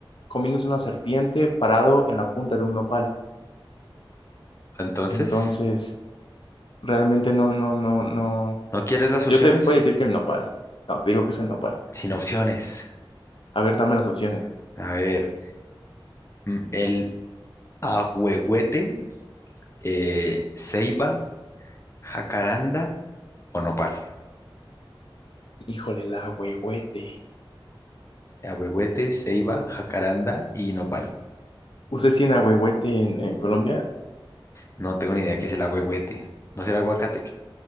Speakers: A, on the left; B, on the left.
A: comiéndose una serpiente parado en la punta de un nopal.
B: Entonces,
A: Entonces, realmente no, no, no, no.
B: ¿no quieres las
A: Yo
B: opciones?
A: te puedo decir que el nopal. No, te digo que es el nopal.
B: Sin opciones.
A: A ver, dame las opciones.
B: A ver, mm, el ahuehuete, eh, ceiba, jacaranda o nopal.
A: Híjole, el ahuehuete.
B: Ahuehuete, ceiba, jacaranda y nopal.
A: ¿Usted sí en ahuehuete en, en Colombia?
B: No tengo ni idea qué es el ahuehuete. ¿No será aguacate?